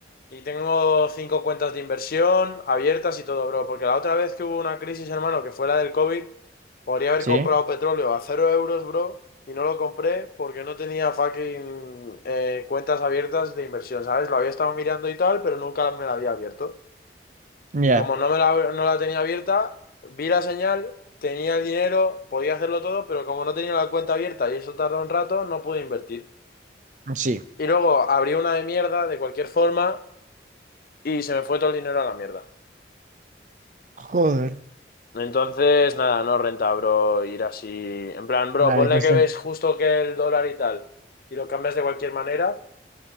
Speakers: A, on the left; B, on the right.
A: Y tengo cinco cuentas de inversión abiertas y todo, bro. Porque la otra vez que hubo una crisis, hermano, que fue la del COVID, podría haber
B: sí,
A: comprado petróleo a cero euros, bro. Y no lo compré porque no tenía fucking eh, cuentas abiertas de inversión, ¿sabes? Lo había estado mirando y tal, pero nunca me la había abierto.
B: ya,
A: Y como no me la, no la tenía abierta, vi la señal, tenía el dinero, podía hacerlo todo, pero como no tenía la cuenta abierta y eso tardó un rato, no pude invertir.
B: sí.
A: Y luego abrí una de mierda, de cualquier forma, y se me fue todo el dinero a la mierda.
B: Joder.
A: Entonces, nada, no renta, bro, ir así. En plan, bro,
B: La
A: ponle
B: vez no está
A: que ves
B: en-
A: justo que el dólar y tal, y lo cambias de cualquier manera.